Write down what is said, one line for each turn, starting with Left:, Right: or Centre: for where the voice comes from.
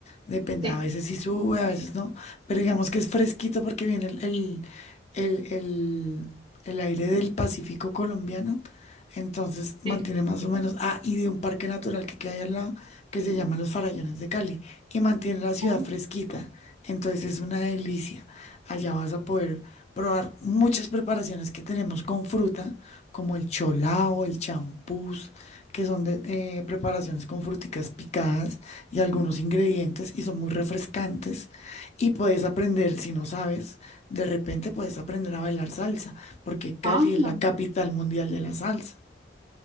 Left: Depende,
Right: Sí.
Left: a veces sí sube, a veces no. Pero digamos que es fresquito porque viene el, el, el el- el aire del Pacífico colombiano. Entonces mantiene
Right: Sí.
Left: más o menos, ah, y de un parque natural que queda ahí al lado, que se llama Los Farallones de Cali, y mantiene la ciudad
Right: Ah,
Left: fresquita. Entonces es una delicia. Allá vas a poder probar muchas preparaciones que tenemos con fruta, como el cholao, el champús, que son de, eh, preparaciones con fruticas picadas y algunos ingredientes, y son muy refrescantes. Y puedes aprender, si no sabes, de repente puedes aprender a bailar salsa porque Cali
Right: ah,
Left: es
Right: no.
Left: la capital mundial de la salsa.